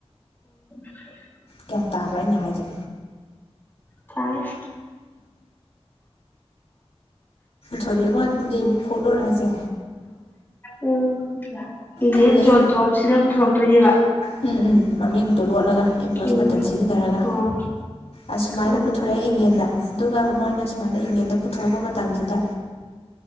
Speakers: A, on the left (about 20°); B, on the left (about 70°).
A: <inaudible>
B: ꯒ꯭ꯌꯥꯟ ꯇꯥꯕ꯭ꯔꯥ ꯑꯩꯅ ꯍꯥꯏꯁꯦ
A: ꯊꯥꯎꯋꯦ
B: ꯊꯣꯂꯦ ꯀꯗꯤ ꯐꯨꯂꯣꯏ ꯍꯥꯏꯖꯦ
A: ꯎꯝ ꯎꯝ ꯏꯅꯦ
B: ꯑꯗꯨꯗꯩ
A: ꯌꯣꯟꯊꯣꯟꯁꯤꯗ ꯄꯨꯊꯣꯔꯛꯇꯣꯏꯅꯦꯕ
B: ꯎꯝ ꯎꯝ ꯃꯃꯤꯡꯗꯣ ꯂꯣꯠꯂꯒ ꯑꯦꯝꯕ꯭ꯔꯣꯁ
A: ꯎꯝ
B: ꯃꯇꯟ ꯁꯤꯖꯤꯟꯅꯔꯒ
A: ꯑꯣ
B: ꯑꯁꯨꯃꯥꯏꯅ
A: ꯑꯣ
B: ꯄꯨꯊꯣꯔꯛꯑꯦ ꯏꯪꯂꯦꯟꯗ ꯑꯗꯨꯒ ꯃꯣꯏꯅ ꯁꯨꯃꯥꯏꯅ ꯏꯪꯂꯦꯟꯗ ꯄꯨꯊꯣꯔꯛꯄ ꯃꯇꯝꯁꯤꯗ